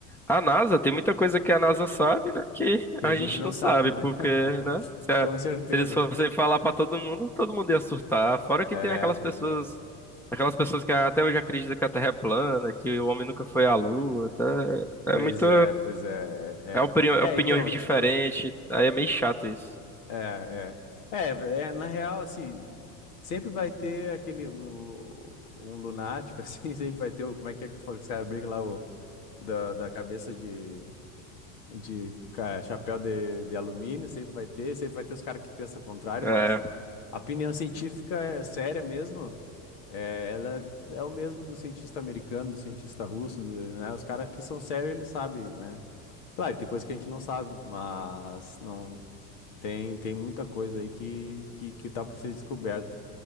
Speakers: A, in the centre; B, on the left (about 80°).
A: A NASA, tem muita coisa que a NASA sabe, né? Que
B: Que
A: a
B: a gente
A: gente
B: não
A: não
B: sabe,
A: sabe,
B: né?
A: porque,
B: <laughs>
A: né? Se, a-
B: Com certeza.
A: se eles fossem falar pra todo mundo, todo mundo ia surtar. Fora que
B: É,
A: tem aquelas
B: pois
A: pessoas,
B: é.
A: aquelas pessoas que até hoje acreditam que a Terra é plana, que o homem nunca foi à Lua, tá? É
B: Pois
A: muito,
B: é, pois é, é.
A: é opinião,
B: É,
A: opiniões
B: É, então,
A: diferentes,
B: tipo,
A: aí é meio chato isso.
B: É, é. É, é, na real, assim, sempre vai ter aquele, um, um lunático, <laughs> assim, sempre vai ter o, como é que é que fala, os caras brincam lá, o, da, da cabeça de, de ca- chapéu de, de alumínio, sempre vai ter, sempre vai ter os caras que pensam o contrário,
A: É,
B: mas a opinião científica é séria mesmo, é, ela é é o mesmo do cientista americano, do cientista russo, do- né, os caras que são sérios, eles sabem, né, claro, tem coisa que a gente não sabe, mas não... Tem, tem muita coisa aí que, que, que tá por ser descoberta.